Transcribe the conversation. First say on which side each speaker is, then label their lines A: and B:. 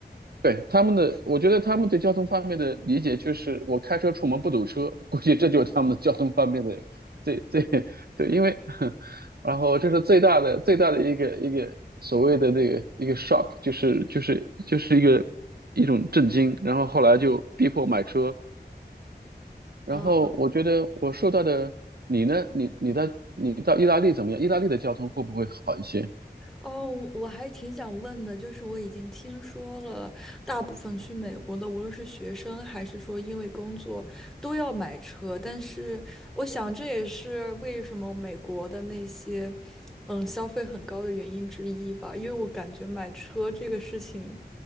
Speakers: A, on the right; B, in the centre.
A: 对，他们的，我觉得他们对交通方面的理解就是，我开车出门不堵车，估计这就是他们的交通方面的最最 <laughs> 对，因为 <laughs>，然后这是最大的最大的一个一个所谓的那个一个 shock，就是就是就是一个一种震惊，然后后来就逼迫买车，然后我觉得我受到的，
B: 啊？
A: 你呢？你你在你到意大利怎么样？意大利的交通会不会好一些？
B: 哦，我还挺想问的，就是我已经听说了，大部分去美国的，无论是学生还是说因为工作，都要买车。但是我想，这也是为什么美国的那些，嗯，消费很高的原因之一吧。因为我感觉买车这个事情，